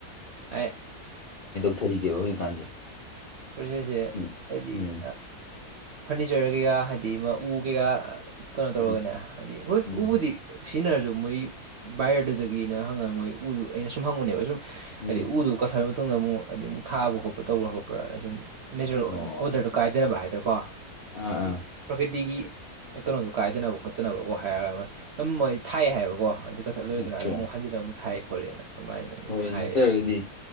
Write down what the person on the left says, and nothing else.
ꯊꯔꯤꯒꯦꯕ ꯍꯧꯖꯤꯛꯀꯥꯟꯁꯦ
ꯎꯝ
ꯎꯝ
ꯎꯝ
ꯎꯝ
ꯎꯝ
ꯑꯣ
ꯑꯥ
ꯑꯥ
ꯑꯣꯀꯦ
ꯍꯣꯏ
ꯅꯠꯇ꯭ꯔꯒꯗꯤ